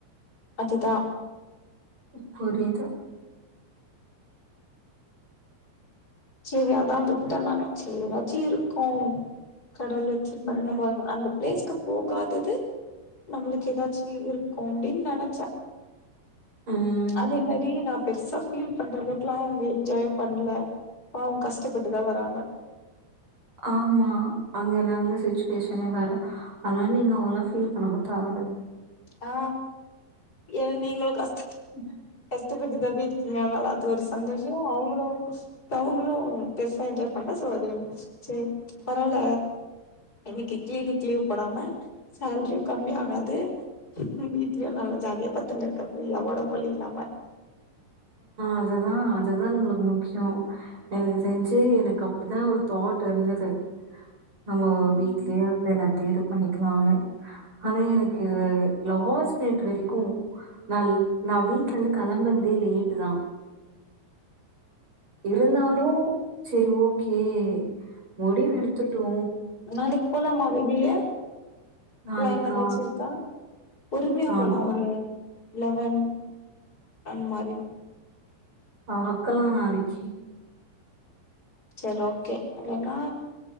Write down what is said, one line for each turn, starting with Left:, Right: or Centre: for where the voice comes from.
Left: அதுதா
Right: ம் புரிது
Left: செரி அதா விட்டோ நாங்க சே எதாச்சி இருக்கோ கடவுள் வெச்சுர்பாரு
Right: ம்.
Left: நம்ப அந்த பிளேஸ்கு போகாதது நம்பளுக்கு எதாச்சி இருக்கு அப்டின் நெனச்ச
Right: ம்.
Left: அதே மாரி நா பெருசா ஃபீல் பண்றளவுக்ல்லா அவுங்க என்ஜாயு பண்ல பாவோ கஸ்டபட்டுதா வராங்க
Right: ஆமா அங்க நந்த சிச்சுவேஷனே வேற ஆனா நீங்க அவ்ளோ ஃபீல் பண்ணவு தேவல
Left: ஆ ஏ நீங்ளு கஸ்
Right: ம்
Left: ட்டப்பட்டு தா போய் இருக்கீங்க அத்னால அது ஒரு சந்தோஷோ அவுங்களு ப்ப அவுங்களு பெருசா என்ஜாய் பண்ண சோ அது எனக் செரி பரவல இன்னிக்கி க்ளீனிக் லீவ் போடாம சேல்ரியு கம்மினாங்க அது வீட்ல்யு நல்லா ஜாலியா பத்துன் ருக்க ஃப்ரீயா ஒடம்பு வலி இல்லாம
Right: அதுதா அதுதா நம்ப்ளுக்கு முக்யோ எனக்கு தெர்ஞ்சி எனக்கு அப்டித்தா ஒரு தாட் இருந்துது நம்மோ
Left: ம்
Right: வீட்ல்யே வந்து எல்லாத்தியு இது பண்ணிக்கலானு ஆனா எனக்கு லாஸ் மினிட் வெரிக்கு நா நா வீ ட்லந்து கெளம்பன்தே லேட்டு தா இருந்தாலு
Left: ம்
Right: செரி ஓகே முடிவு எடுத்துட்டோ
Left: நாளைக் போலாமா வெளிய
Right: நாளைக்கா
Left: ப்ளான் எதாச்சு இருக்கா பொறுமையா
Right: நாளைக்கு
Left: போலா ஒரு லெவன் அந் மாரி
Right: பாக்கலா நாளிக்கி
Left: செர் ஓகே இல்லன்னா